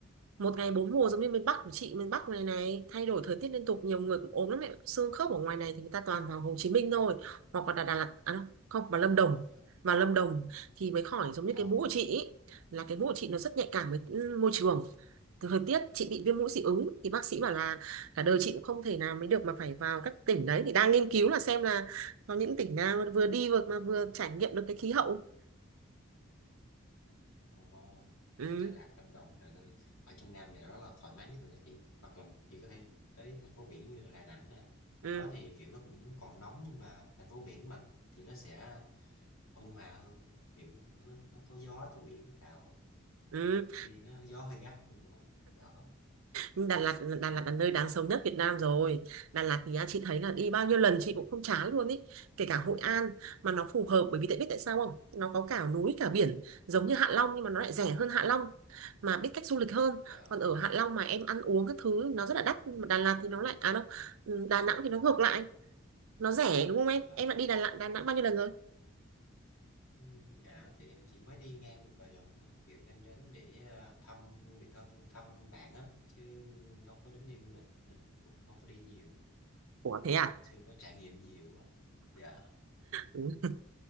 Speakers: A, on the right (about 80°); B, on the left (about 85°).
A: một ngày bốn mùa giống như miền Bắc của chị miền Bắc này này thay đổi thời tiết liên tục nhiều người cũng ốm lắm mẹ xương khớp ở ngoài này thì người ta toàn vào Hồ Chí Minh thôi hoặc là Đà, Đà Lạt à, không không, vào
B: Ồ,
A: Lâm Đồng
B: dạ.
A: vào Lâm Đồng thì mới khỏi giống
B: Ồ,
A: như cái mũ của chị ý, là cái mũ của chị nó rất nhạy cảm với ừ, môi trường từ thời tiết chị bị viêm mũi dị ứng thì bác sĩ bảo là cả đời chị cũng không thể nào mới được mà phải vào các tỉnh đấy thì đang nghiên cứu là xem là có những tỉnh nào vừa đi vừa mà vừa trải nghiệm được cái khí hậu
B: Ồ, vậy
A: ừ
B: Đà Lạt, Lâm Đồng là nơi ở trong Nam này đó là thoải mái nhất rồi đó chị hoặc là chị có thể tới thành phố biển như là Đà Nẵng nè ở
A: ừ
B: đó thì kiểu nó cũng còn nóng nhưng mà thành phố biển mà thì nó sẽ ôn hòa hơn kiểu nó, nó có gió từ biển vào á.
A: Ừ.
B: thì nó gió hơi gắt nhưng mà nó cũng đỡ
A: Nhưng Đà Lạt Đà Lạt là nơi đáng sống nhất Việt Nam rồi Đà Lạt thì á, chị thấy là
B: dạ
A: đi bao nhiêu lần chị cũng không chán luôn ý kể cả Hội An mà nó phù hợp bởi vì tại biết tại sao không nó có cả núi cả biển giống như Hạ Long nhưng mà nó lại rẻ
B: ờ,
A: hơn Hạ Long mà biết cách du lịch hơn
B: dạ
A: còn ở Hạ Long mà em ăn uống các thứ nó rất là đắt nhưng mà Đà Lạt thì nó lại à đâu ừ, Đà Nẵng thì nó ngược lại nó rẻ đúng không em
B: Ờ,
A: em đã đi Đà Lạt Đà Nẵng bao nhiêu lần rồi
B: ừ, Đà Nẵng thì em chỉ mới đi ngang được vài lần thôi kiểu em đến để ờ, thăm người thân thăm bạn á chứ không có đến đi du lịch nên cũng không có đi nhiều
A: Ủa thế à
B: chưa có trải nghiệm nhiều á dạ
A: ừ.